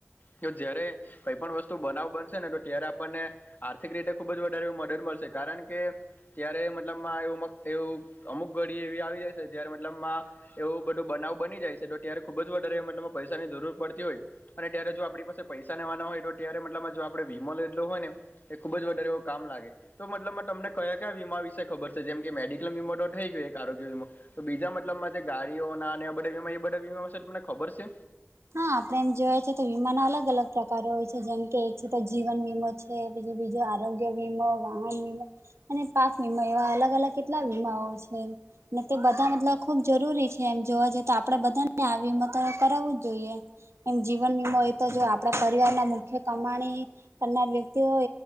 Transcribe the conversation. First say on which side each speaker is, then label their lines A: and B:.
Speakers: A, on the left (about 40°); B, on the right (about 85°).
A: કે જયારે કઈ પણ વસ્તુ બનાવ બનશે ને તો ત્યારે આપણને આર્થિક રીતે ખુબ જ વધારે મદદ મળશે કારણ કે ત્યારે મતલબમાં એવું એવું અમુક ઘડી એવી આવી જશે જ્યારે મતલબમાં એવું બધો બનાવ બની જાય છે તો ત્યારે ખુબ જ વધારે એમાં પૈસાની જરૂર પડતી હોય અને ત્યારે જો આપણી પાસે પૈસા ેવાના હોય તો ત્યારે મતલબમાં જો આપણે વીમો લેધલો હોય ને એ ખુબ જ તેરે કો કામ લાગે તો મતલબમાં તમને કયા કયા વીમા વિશે ખબર છે જેમ કે મેડિક્લમ વીમા તો થઈ ગયો એક આરોગ્ય વીમો તો બીજા મતલબમાં જે ગાડીઓના અને આ બધા વીમા એ બધા વીમામાં છે તમને ખબર છે
B: હા આપડણે એમ જોયા છે તો વીમાના અલગ અલગ પ્રકારો હોય છે જેમ કે એક છે તો જીવન વીમો કે પછી બીજું આરોગ્ય વીમો વાહન વીમો અને પાક વીમા એવા અલગ અલગ કેટલા વીમાઓ છે ને તે બધા મતલબ ખુબ જરૂરી છે એમ જોવા જઈએ તો આપડે બધાને આવી મત કરાવું જ જોઈએ એમ જીવન વીમો એ તો જો આપણા પરિવાર ના મુખ્ય કમાણી કરનાર વ્યક્તિ હો